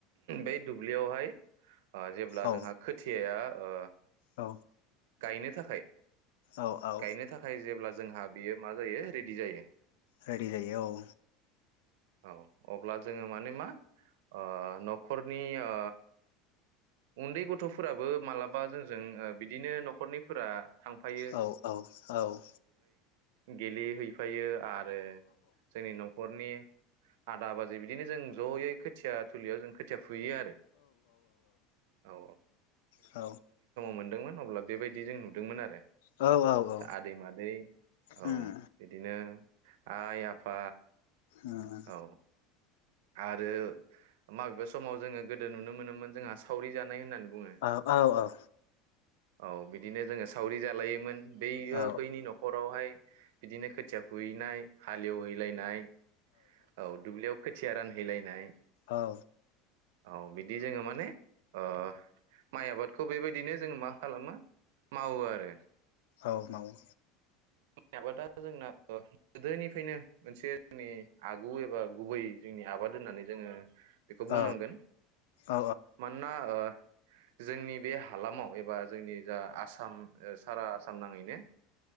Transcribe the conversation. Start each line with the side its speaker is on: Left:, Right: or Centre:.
Right: बे दुब्लियावहाय जेब्ला
Left: औ
Right: जोंहा खोथियाया ओ
Left: औ
Right: गायनो थाखाय
Left: औ औ
Right: गायनो थाखाय जेब्ला जोंहा बेयो मा जायो रेडि जायो
Left: रेडि जायो औ।
Right: औ अब्ला जोङो माने मा ओ न'खरनि ओ उन्दै गथ'फोराबो मालाबा जोंजों बिदिनो न'खरनिफोरा थांफायो।
Left: औ औ औ
Right: गेले हैैफायो आं आरो जोंनि न'खरनि आदा बाजै बिदिनो जों ज'यै खोथिया थुलियाव जों खोथिया फुयो आरो
Left: औ
Right: मोन अब्ला बेबायदि जों नुदोंमोन आरो
Left: औ औ
Right: आदै-मादै औ
Left: उम
Right: बिदिनो आइ आफा
Left: उम
Right: औ। आरो माबेबा समाव जोङो गोदो नुनो मोनोमोन जोंहा सावरि जानाय होननानै बुङो
Left: औ औ औ
Right: औ बिदिनो जोङो सावरि जालायोमोन। बेयो
Left: औ
Right: बैनि न'खरावहाय बिदिनो खोथिया फुहैनाय हालेवहैलायनाय औ दुब्लियाव खोथि थिया रानहैलायनाय
Left: औ
Right: औ बिदि जोङो माने ओ माइ आबादखौ बेबायदिनो जोङो मा खालामो मावो आरो।
Left: औ मावो।
Right: जोंनि आबादा जोंना गोदोनिफ्रायनो मोनसे जोंनि आगु एबा गुबै जोंनि आबाद होननानै जोङो बेखौ
Left: औ
Right: बुंनांगोन
Left: औ
Right: मानोना ओ जोंनि बे हालामाव एबा जोंनि जा आसाम ओ सारा आसाम नाङैनो